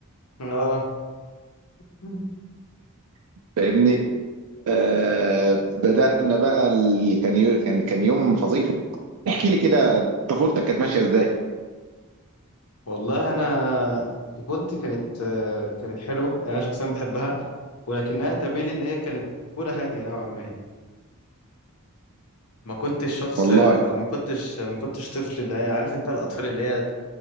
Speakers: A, on the left; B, on the right.
A: اه مم.
B: <laughs> فاهمني آه بدأنا بقى ال... كان يو... كان كان يوم فظيع احكي لي كده طفولتك كانت ماشية ازاي
A: والله انا طفولتي كانت آه، كانت حلوه يعني انا شخصيا بحبها ولكنها تبين لي ان هي كانت طفوله هاديه نوعا ما ما كنتش شخص
B: والله
A: او ما كنتش ما كنتش طفل اللي هي عارف انت الاطفال اللي هي